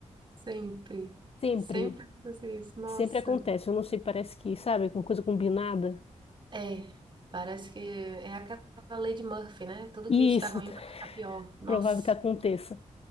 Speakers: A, on the right (about 40°); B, on the left (about 50°).
A: Sempre.
B: Sempre,
A: Sempre acontece isso. Nossa.
B: sempre acontece. Eu não sei, parece que, sabe, alguma coisa combinada.
A: É, parece que é aquela lei de Murphy, né? Tudo
B: E
A: que está
B: isso,
A: ruim
B: <laughs>
A: vai ficar pior. Nossa.
B: provável que aconteça.